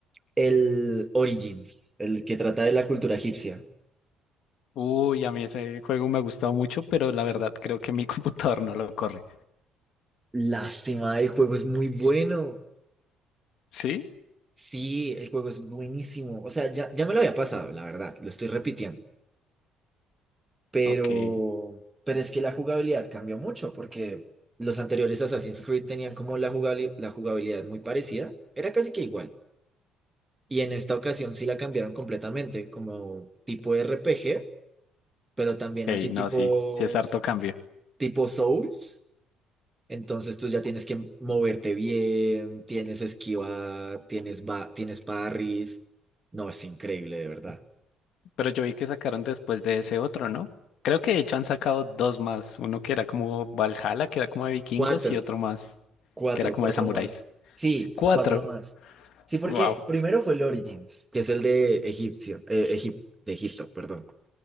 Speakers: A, on the right; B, on the left.
A: El Origins, el que trata de la cultura egipcia.
B: Uy, a mí ese juego me ha gustado mucho, pero la verdad creo que mi <laughs> computador no lo corre.
A: Lástima, el juego es muy bueno.
B: ¿Sí?
A: Sí, el juego es buenísimo. O sea, ya, ya me lo había pasado, la verdad, lo estoy repitiendo. Pero,
B: Ok.
A: pero es que la jugabilidad cambió mucho porque los anteriores Assassin's Creed tenían como la jugabili- la jugabilidad muy parecida. Era casi que igual. Y en esta ocasión sí la cambiaron completamente, como tipo RPG, pero también
B: Ok,
A: así
B: no,
A: tipo,
B: sí, sí es harto cambio.
A: tipo Souls. Entonces tú ya tienes que moverte bien, tienes esquivar, tienes, ba- tienes parries. No, es increíble, de verdad.
B: Pero yo vi que sacaron después de ese otro, ¿no? Creo que de hecho han sacado dos más. Uno que era como Valhalla, que era como de vikingos,
A: Cuatro,
B: y otro más,
A: cuatro,
B: que era como
A: cuatro
B: de samuráis.
A: más. Sí,
B: Cuatro.
A: cuatro más. Sí, porque
B: Wow.
A: primero fue el Origins, que es el de Egipcio, eh, Egip- de Egipto, perdón.